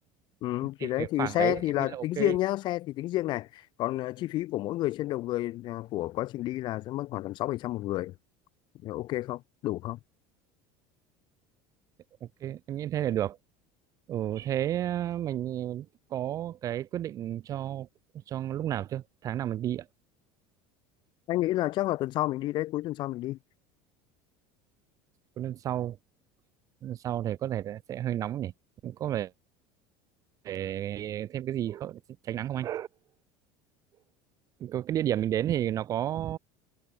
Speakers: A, on the left; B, on the right.
A: ừ, thì
B: thì
A: đấy
B: cái
A: thì
B: khoảng
A: xe
B: đấy
A: thì
B: em
A: là
B: nghĩ là ok
A: tính riêng nhá xe thì tính riêng này còn ờ, chi phí của mỗi người trên đầu người ờ, của quá trình đi là sẽ mất khoảng tầm sáu bảy trăm một người Ờ, ok không đủ không
B: ok em nghĩ thế là được ừ, thế ờ, mình có cái quyết định cho cho lúc nào chưa tháng nào mình đi ạ
A: anh nghĩ là chắc là tuần sau mình đi đấy cuối tuần sau mình đi
B: Có lần sau lần sau thì có thể là sẽ hơi nóng nhỉ có vẻ để thêm cái gì hậu- tránh nắng không anh? Có cái địa điểm mình đến thì nó có